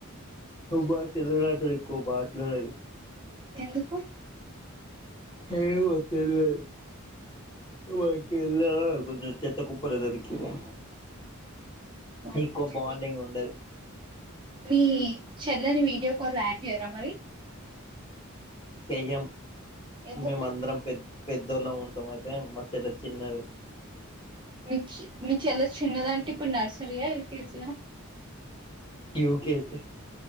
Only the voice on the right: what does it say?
ఎందుకు
మీ
మీ చెల్లెని వీడియో కాల్ యాడ్ చేయ్యరా మరి
ఎందుకు
ప్చ్ మీ చెల్లి చిన్నది అంటే ఇప్పుడు నర్సరీయా ఎల్కేజీయా